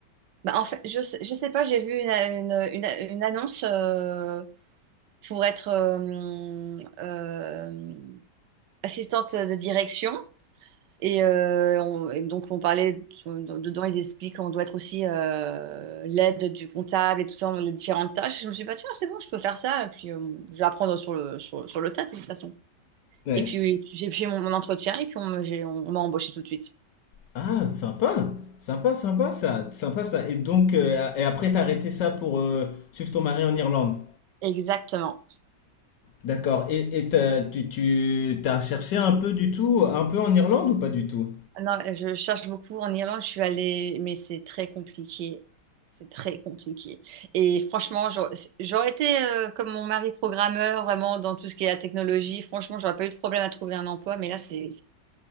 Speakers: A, on the right; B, on the left.
A: Bah, en fait, je sais, je sais pas, j'ai vu une, une, une, une annonce euh, pour être euh, euh, assistante de direction Et, euh, on- et donc, on parlait, dedans, ils expliquent qu'on doit être aussi euh, l'aide du comptable et tout ça, les différentes tâches. Et je me suis pas dit, bah, tiens, c'est bon, je peux faire ça. Et puis, euh, je vais apprendre sur le, sur, sur le tas, de toute façon.
B: Ouais.
A: Et puis, j'ai fait mon, mon entretien et puis, on, me- j'ai- on m'a embauché tout de suite.
B: Ah, sympa. Sympa, sympa ça. Sympa ça. Et donc, euh, et après t'as arrêté ça pour euh, suivre ton mari en Irlande.
A: Exactement.
B: D'accord. Et, et t'as- tu, tu t'as cherché un peu du tout, un peu en Irlande ou pas du tout?
A: Non, je cherche beaucoup en Irlande, je suis allée, mais c'est très compliqué. C'est très compliqué. Et franchement, j'aurais j'aurais été euh, comme mon mari programmeur, vraiment dans tout ce qui est la technologie. Franchement, j'aurais pas eu de problème à trouver un emploi, mais là, c'est